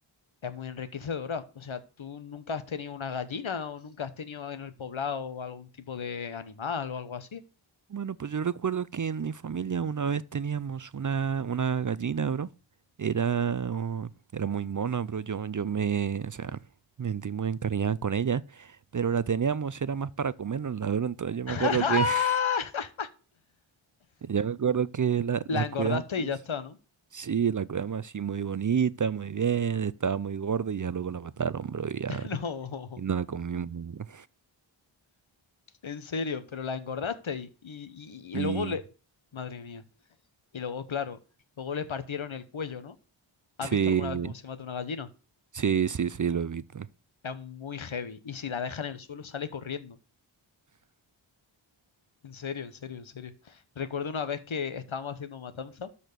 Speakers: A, on the left (about 70°); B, on the right (about 40°).
A: es muy enriquecedora. O sea, tú nunca has tenido una gallina o nunca has tenido en el poblado algún tipo de animal o algo así.
B: Bueno, pues yo recuerdo que en mi familia una vez teníamos una, una gallina, bro. Era, oh, era muy mona, bro. Yo, yo me, o sea, me sentí muy encariñada con ella. Pero la teníamos, era más para comernos, la verdad. Entonces yo
A: <laughs>
B: me acuerdo que, <laughs> yo me acuerdo que la,
A: La
B: la
A: engordaste
B: cuidamos.
A: y ya está, ¿no?
B: Sí, la cuidamos así muy bonita, muy bien. Estaba muy gorda y ya luego la mataron, bro. Y ya,
A: <laughs> No,
B: y no la comimos. bro.
A: en serio, pero la engordaste y, y-
B: Y
A: y luego le... Madre mía. Y luego, claro, luego le partieron el cuello, ¿no? ¿Has
B: sí,
A: visto alguna vez cómo se mata una gallina?
B: sí, sí, sí, lo he visto.
A: Es muy heavy. Y si la deja en el suelo, sale corriendo. En serio, en serio, en serio. Recuerdo una vez que estábamos haciendo matanza